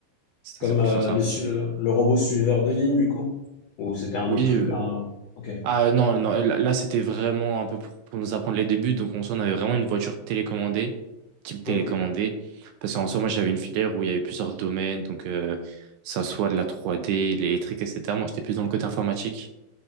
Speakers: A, on the right (about 80°); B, on the left (about 85°).
A: C'était
B: Comme
A: assez cool
B: euh,
A: sur ça.
B: le, su- le robot suiveur de ligne, du coup? Ou c'était un
A: Oui,
B: autre truc? un- Ok,
A: Ah non, non, là, là, c'était vraiment un peu pour, pour nous apprendre les débuts. Donc en soi, on avait vraiment une voiture télécommandée, type télécommandée.
B: ok,
A: Parce qu'en soi, moi j'avais une filière où il y avait plusieurs domaines, donc euh, ça soit de la 3D, l'électrique, etc. Moi j'étais plus dans le côté informatique.